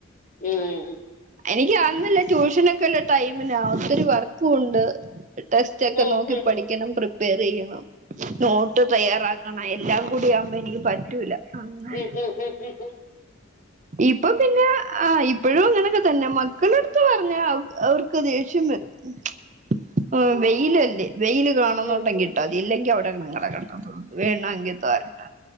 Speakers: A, on the left; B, on the right.
A: ഉം
B: എനിക്ക് അന്നില്ല ട്യൂഷനൊക്കെ ഉള്ള ടൈമില ഒത്തൊരി വർക്കും ഉണ്ട് ടെക്സ്റ്റ് ഒക്കെ
A: ഉം
B: നോക്കി പഠിക്കണം പ്രിപ്പയർ ചെയ്യണം നോട്ട് തയ്യാറാ കണ എല്ലാം കൂടി ആവുമ്പോ എനിക്ക് പറ്റൂല അങ്ങന
A: ഉം ഉം ഉം ഉം ഉം ഉം ഉം ഉം ഉം ഉം ഉം
B: ഇപ്പൊ പിന്നെ ആഹ് ഇപ്പോഴും അങ്ങനൊക്കെ തന്നെ മക്കളെടുത്ത് പറഞ്ഞാ അവ അവർക്ക് ദേഷ്യം വരും <unintelligible> ആഹ് വെയിലല്ലേ വെയില് കാണുന്നുണ്ടെങ്കി
A: ഉം ഉം ഉം ഉം
B: ഇട്ടാതി ഇല്ലെങ്കിൽ അവിടെ അങ്ങനെ കിടന്നോ വേണങ്കി തോരട്ടോ